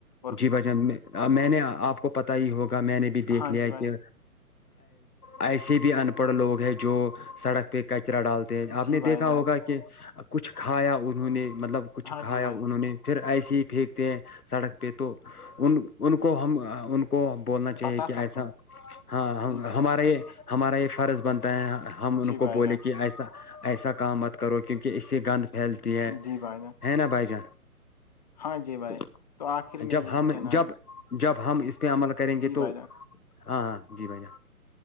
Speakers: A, on the left; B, on the left.
A: اور
B: جی بھجان میں نے آپ کو پتا ہی ہوگا میں نے بھی دیکھ
A: ہاں
B: لیا
A: جی بھائی
B: کہ ایسے بھی ان پڑھ لوگ ہے جو سڑک پہ کچرا ڈالتے آپ
A: جی
B: نے
A: بھائی
B: دیکھا
A: جان
B: ہوگا کہ کچھ کھایا انہوں نے مطلب کچھ
A: ہاں
B: کھایا
A: جی بھائی
B: انہوں نے پھر ایسے ہی پھینکتے ہیں سڑک پہ تو ان ان کو ہم ان کو بولنا چاہیے
A: بتا
B: کہ
A: سکتے
B: ایسا
A: ہیں
B: ہاں
A: جی بھائی
B: ہمارا یہ ہمارا یہ فرض بنتا ہے ہم ان
A: جی بھائی
B: کو بولے
A: جان
B: کہ ایسا ایسا کام مت کرو کیونکہ اس سے گند پھیلتی ہے
A: جی بھائی جان
B: ہے نا بھائی جان
A: ہاں جی بھائی
B: تو
A: آخر میں
B: جب
A: یہی
B: ہم
A: کہنا
B: جب جب ہم اس پہ عمل کریں گے
A: جی
B: تو
A: بھائی جان
B: ہاں ہاں جی بھائی جان